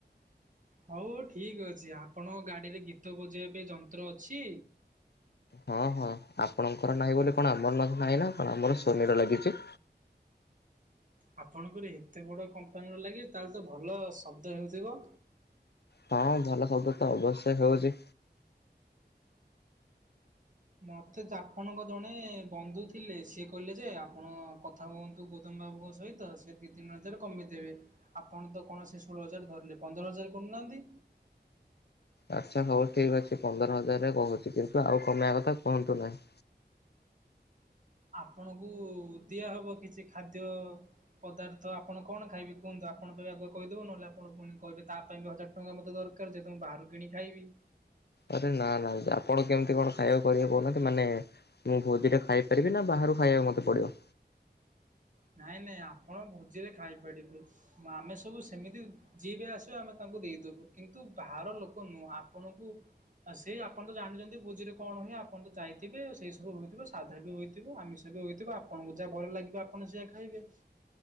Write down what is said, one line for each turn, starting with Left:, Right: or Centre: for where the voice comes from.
Right: ହଉ ଠିକ୍ ଅଛି ଆପଣଙ୍କ ଗାଡିରେ ଗୀତ ବଜେଇବା ପାଇଁ ଯନ୍ତ୍ର ଅଛି।
Left: ହଁ ହଁ ଆପଣଙ୍କର ନାହିଁ ବୋଲି କଣ ଆମର ନ ନାହିଁ ନା କଣ ଆମର ସୋନିର ଲାଗିଛି।
Right: ଆପଣଙ୍କର ଏତେ ବଡ଼ କମ୍ପାନୀର ଲାଗିଚି ତାହେଲେ ତ ଭଲ ଶବ୍ଦ ହେଉଥିବ।
Left: ହଁ ଭଲ ଶବ୍ଦ ତ ଅବଶ୍ୟ ହେଉଛି।
Right: ମତେ ଚା ଆପଣଙ୍କ ଜଣେ ବନ୍ଧୁ ଥିଲେ ସିଏ କହିଲେ ଯେ ଆପଣ କ କଥା ହୁଅନ୍ତୁ ଗୌତମ ବାବୁଙ୍କ ସହିତ ସେ ଦି ତିନି ହଜାର କମେଇଦେବେ। ଆପଣ ତ କୌଣସି ଷୋହଳ ହଜାର ଧରିଲେ ପନ୍ଦର ହଜାର କରୁନାହାନ୍ତି।
Left: ଆଚ୍ଛା ହଉ ଠିକ୍ ଅଛି ପନ୍ଦର ହଜାରରେ କହୁଛି କିନ୍ତୁ ଆଉ କମେଇବା କଥା କୁହନ୍ତୁ ନାହିଁ।
Right: ଆପଣଙ୍କୁ ଦିଆହବ କିଛି ଖାଦ୍ୟ। ପଦାର୍ଥ ଆପଣ କଣ ଖାଇବେ କୁହନ୍ତୁ ଆପଣ ଫେରେ ଆଗୁଆ କହିଦେବ ନହେଲେ ଆପଣ ପୁଣି କହିବେ ତା ପାଇଁ ବି ହଜା ଟଙ୍କା ମୋତେ ଦରକାର ଯେହେତୁ ମୁଁ ବାହାରୁ କିଣି ଖାଇବି।
Left: ଆରେ ନା ନା ଆପଣ କେମିତି କଣ ଖାଇବାକୁ କରିବାକୁ କହୁନାହାନ୍ତି ମାନେ। ମୁଁ ଭୋଜି ଟା ଖାଇପାରିବି ନା ବାହାରୁ ଖାଇବାକୁ ମୋତେ ପଡ଼ିବ?
Right: ନାଇଁ ନାଇଁ ଆପଣ ଭୋଜିରେ ଖାଇପାରିବେ। ଆମେ ସବୁ ସେମିତି ଯିଏ ବି ଆସିବା ଆମେ ତାଙ୍କୁ ଦେଇଦବୁ କିନ୍ତୁ ବାହାର ଲୋକ ନୁହଁ ଆପଣଙ୍କୁ। ଆ ସେଇ ଆପଣ ତ ଜାଣିଚନ୍ତି ଭୋଜି ରେ କଣ ହୁଏ ଆପଣ ତ ଯାଇଥିବେ ସେଇ ସବୁ ହୋଇଥିବ ସାଧା ବି ହୋ ଇଥିବ ଆମିଷ ବି ହୋଇଥିବ ଆପଣଙ୍କୁ ଯାହା ଭଲ ଲାଗିବ ଆପଣ ସେୟା ଖାଇବେ।